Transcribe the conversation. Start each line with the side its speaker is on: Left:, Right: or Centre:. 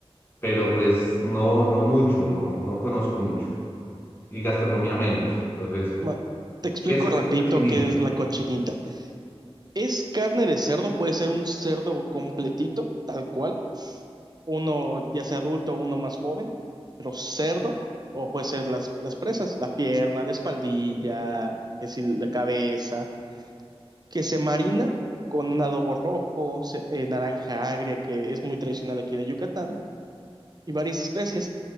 Left: pero pues no, no mucho, no, no conozco mucho. Y gastronomía menos. Entonces,
Right: Ma- Te explico
Left: ¿qué es eso
Right: rapidito
Left: de cochinilla?
Right: qué es la cochinita. Es carne de cerdo, puede ser un cerdo completito, tal cual, uno ya sea adulto o uno más joven, pero cerdo, o puede ser las, las presas, la pierna, la espaldilla, que si la cabeza, que se marina con un adobo rojo, se- eh, naranja agria, que es muy tradicional aquí de Yucatán, y varias especias.